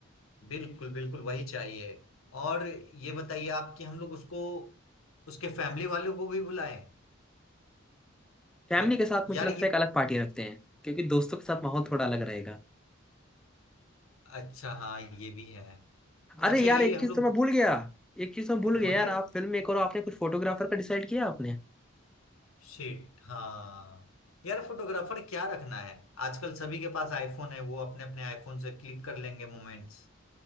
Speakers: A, on the left; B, in the centre.
A: बिल्कुल बिल्कुल वही चाहिए और ये बताइए आप कि हम लोग उसको उसके फैमिली वालों को भी बुलाएं
B: फैमिली
A: या
B: के साथ मुझे
A: यार
B: लगता
A: ये
B: है एक अलग पार्टी रखते हैं क्योंकि दोस्तों के साथ माहौल थोड़ा अलग रहेगा
A: अच्छा हाँ ये भी है तो
B: अरे
A: अच्छा
B: यार
A: ये
B: एक
A: हम
B: चीज
A: लोग
B: तो मैं भूल गया एक चीज तो मैं भूल गया
A: बोलिए
B: यार आप फिल्म मेकर हो आपने कुछ फोटोग्राफर का डिसाइड किया आपने
A: शिट हाँ यार फोटोग्राफर क्या रखना है आजकल सभी के पास आईफोन है वो अपने अपने आईफोन से क्लिक कर लेंगे मोमेंट्स